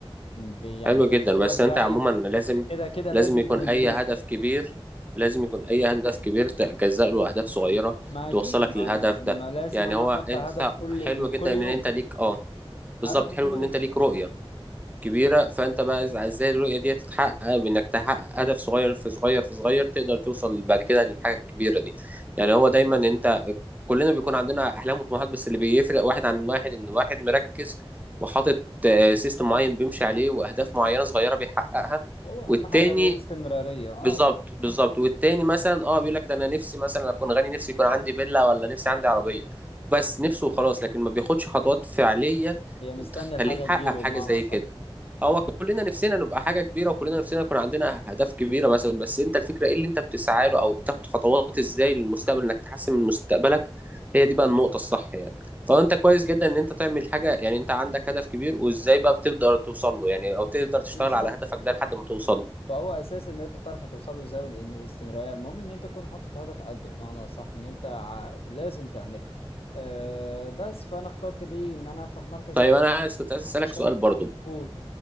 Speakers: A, on the left (about 75°); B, on the right (about 15°).
A: ب- يعني
B: حلو جدا
A: يجيبك
B: بس انت
A: بقى
B: عموما
A: ايه
B: لازم
A: كده كده
B: لازم
A: لازم
B: يكون
A: بالانجليزي
B: اي هدف كبير لازم يكون اي هدف كبير تجزأ له اهداف صغيره
A: ما اكيد
B: توصلك
A: ما,
B: للهدف
A: ما
B: ده
A: لازم
B: يعني
A: انا
B: هو
A: احط
B: انت
A: هدف كل
B: حلو
A: لكل
B: جدا ان
A: يوم
B: انت ليك اه بالظبط
A: هدف لكل
B: حلو
A: يوم
B: ان انت ليك رؤية كبيرة فانت بقى إذا- ازاي الرؤية دي تتحقق بانك تحقق هدف صغير في صغير في صغير تقدر توصل بعد كده للحاجة الكبيرة دي يعني هو دايما انت كلنا بيكون عندنا احلام وطموحات بس اللي بيفرق واحد عن واحد ان واحد مركز وحاطط آه، سيستم معين بيمشي عليه واهداف معينة صغيرة بيحققها
A: هو اهم
B: والتاني
A: حاجة الاستمرارية اه
B: بالظبط بالظبط والتاني مثلا اه بيقول لك ده انا نفسي مثلا اكون غني نفسي يكون عندي فيلا ولا نفسي عندي عربيه بس نفسه وخلاص لكن ما بياخدش خطوات فعليه
A: هي مستني
B: تخليه
A: الحاجة
B: يحقق
A: تجيله
B: حاجه
A: بمعنى
B: زي
A: صح
B: كده هو كلنا نفسنا نبقى حاجه كبيره وكلنا نفسنا يكون عندنا اهداف كبيره مثلا بس انت الفكره ايه اللي انت بتسعى له او بتاخد خطوات ازاي للمستقبل انك تحسن من مستقبلك هي دي بقى النقطه الصح يعني فانت كويس جدا ان انت تعمل حاجه يعني انت عندك هدف كبير وازاي بقى بتقدر توصل له يعني او تقدر تشتغل
A: بالظبط
B: على هدفك ده لحد ما توصل له
A: فهو اساس ان انت تعرف هتوصل له ازاي والاستمراريه المهم ان انت تكون حاطط هدف قده بمعنى اصح ان انت ع- لازم تعمله أه بس فانا اخترت ليه ان انا افتح مركز
B: طيب
A: زي كده
B: انا عايز كنت عايز اسالك
A: عشان
B: سؤال برضو
A: اقول